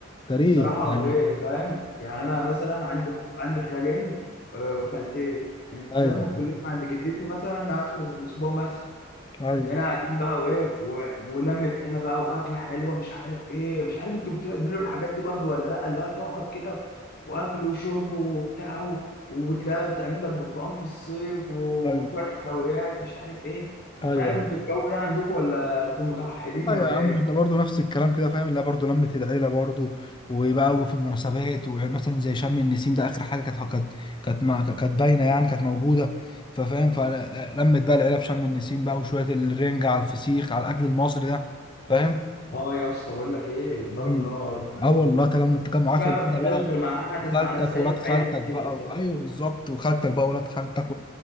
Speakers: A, on the left (about 25°); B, on the left (about 50°).
A: تاريخ
B: الصراحة
A: يعني
B: غير فاهم يعني أنا مثلا عندي خ- عندي خالين آه، وخالتين يعني تلم
A: ايوه
B: كلنا عند جدتي مثلا آخر الأسبوع مثلا
A: ايوه
B: تلاقينا قاعدين بقى وإيه و- ولمة عيلة بقى وأكلة حلوة مش عارف إيه مش عارف أنتوا بتعملوا الحاجات دي برضو ولا لأ اللي هو تقعد كده وأكل وشرب وبتاع و- وتلاقي بتعمل لك برتقال في الصيف وشوية
A: ايوه
B: حلويات مش عارف إيه
A: ايوه
B: مش عارف أنتوا الجو ده عندكم ولا أنتوا متوحدين
A: لا
B: ولا
A: يا عم
B: إيه؟
A: احنا برضو نفس الكلام كده فاهم اللي هي برضو لمة العيلة برضو وبقى في المناسبات ومثلا زي شم النسيم ده آخر حاجة كانت كانت كانت مع- كانت باينة يعني كانت موجودة ففاهم فلمت بقى العيلة في شم النسيم بقى وشوية الرنجة على الفسيخ على الأكل المصري ده فاهم
B: آه يا اسطى بقول لك إيه ضرب
A: مم.
B: نار
A: اه والله تجمع تجمعات
B: دي بقى
A: العيلة
B: ما بتحلاش
A: بقى
B: غير مع قعدة
A: خالتك
B: مع ناس ايه
A: ولاد خالتك
B: عيلتك كده
A: بقى
B: الصراحة
A: ايوه بالظبط وخالتك بقى ولاد خالتك